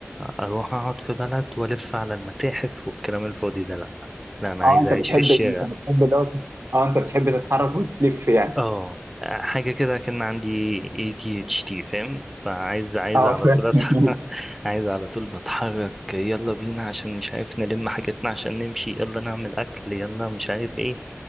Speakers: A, in the centre; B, on the right (about 70°).
A: اروح اقعد في بلد والف على المتاحف والكلام الفاضي ده لا لا انا عايز
B: اه انت
A: اعيش
B: بتحب
A: في الشارع
B: انت بتحب دوت اه انت بتحب تتحرك وتلف يعني
A: اه حاجه كده كان عندي ADHD فاهم فعايز عايز
B: اه
A: على
B: فاهم
A: طول أتحرك <laughs> عايز على طول بتحرك يلا بينا عشان مش عارف نلم حاجتنا عشان نمشي يلا نعمل اكل يلا مش عارف ايه